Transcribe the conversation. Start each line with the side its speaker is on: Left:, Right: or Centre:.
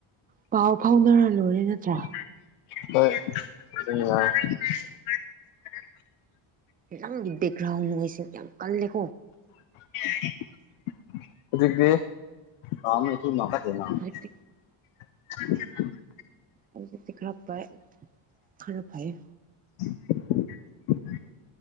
Right: ꯄꯥꯎ ꯐꯥꯎꯅꯔ ꯂꫭꯏꯔꯦ ꯅꯠꯇ꯭ꯔꯥ
Left: <unintelligible>
Right: ꯅꯪꯒꯤ ꯕꯦꯛꯒ꯭ꯔꯥꯎꯟ ꯅꫭꯏꯁꯁꯦ ꯌꯥꯝ ꯀꯜꯂꯦꯀꯣ
Left: <unintelligible>
Right: ꯍꯧꯖꯤꯛꯇꯤ
Left: <inaudible>
Right: ꯑꯗꯨꯖꯤꯛꯇꯤ ꯈꯔ ꯐ ꯈꯔ ꯐꯩꯌꯦ
Left: <unintelligible>